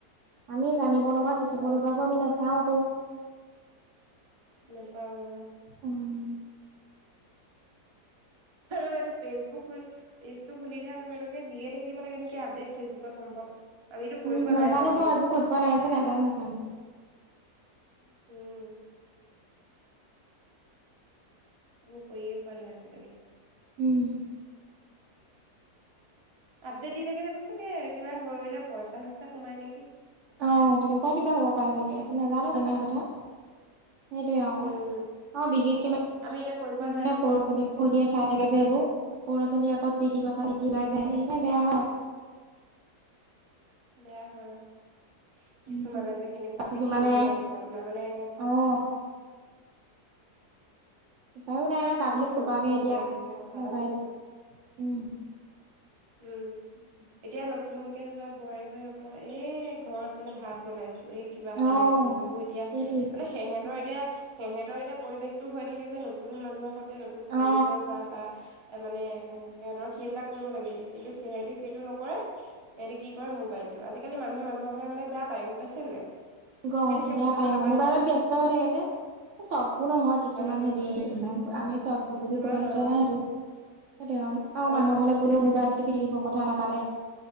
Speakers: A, on the right; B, on the right.
A: আমি জানিব লগা শিকিব
B: অ
A: লগাবোৰ আমি নাচাও আকৌ
B: নেপাওঁ।
A: উম
B: আৰু এইটো ফেচবুক পেজটো খুলি দিয়াৰ লগে, লগে দিয়ে থাকিব লাগে নেকি আপডেট ফেচবুকত সম্ভৱ। আমিতো
A: উম
B: কৰি পোৱা
A: নাজানো
B: নাই বাৰু
A: মই
B: দেই
A: এইবোৰ কৰি পোৱা নাই যে নাজানো সেইকাৰণে
B: উম। এইবোৰ কৰিয়ে পোৱা নাই আজি লৈকে।
A: উম।
B: আপডেট দি থাকে যাব চাগে কিবা হৈলে পইচা চইচা সোমাই নেকি?
A: অ' তেনেকুৱা কিবা হ'ব পা চাগে নাজানো ইমান কথা। সেইটোৱে আৰু
B: উম
A: অ বিশেষকে মানে
B: আমি এতিয়া কৰি পোৱা নাই
A: এ
B: যে
A: সৰু ছোৱালীবোৰ এ দিয়ে চাই থাকে যে এইবোৰ সৰু ল'ৰা-ছোৱালীৰ আগত যি ক দি লাই
B: উম
A: যায় সেইকাৰণে বেয়া হয়।
B: বেয়া হয়, অ। কিছুমানে
A: আৰু উম
B: যে কেনেকুৱাকে
A: কিছুমানে
B: দিয়ে বুলি ভাবিছো আপোনাৰ মানে।
A: অ উপ উপায়ো নাই ন কাকনো
B: এতিয়া
A: কোপাকে
B: নতুন
A: এতিয়া
B: বোৱাৰী মই কথা
A: মোবাইল
B: এটা কৈছো
A: উম।
B: উম এতিয়া নতুনকে যোৱা বোৱাৰীবোৰে আক এই ঘৰত বোলে ভাত বনাইছিলো। কিবা
A: অ
B: বনাইছো এইবোৰ এতিয়া
A: সেইটোৱে
B: মানে সিহঁতৰ এতিয়া সিহঁতৰ এতিয়া পৰিৱেশতটো হৈ থাকে যে নতুন মানুহৰ হতে নতুন পৰিচয়
A: অ
B: হোৱা বা এ মানে এ সিহঁতৰ সেইবিলাক কৰিব লাগে এতিয়া। কিন্তু সিহতি সেইটো নকৰে, সিহতি কি কৰে মোবাইলটো। আজিকালি মানুহে মানুহৰ ঘৰলে গ'লে বেয়া পায়। গম পাইছ নে নাই? সিহঁতি
A: অহ'বেয়া
B: সেইবোৰ কৰিব
A: পায়
B: নাপায়
A: অ। মোবাইলত
B: যে
A: ব্যস্ত হৈ থাকে যে। চববোৰ নহয়
B: মোবাইলত
A: কিছুমান
B: ব্যস্ত
A: হে দেই।
B: হৈ থাকে
A: ইমান আমি চববোৰ বুলি
B: কিছুমান
A: কবলৈ
B: অ
A: যোৱা নাই তো। সেইটোৱে আহ
B: অ
A: মানুহৰ ফাললে কলেও মোবাইল টিপি থাকিব, কথা নাপাতে।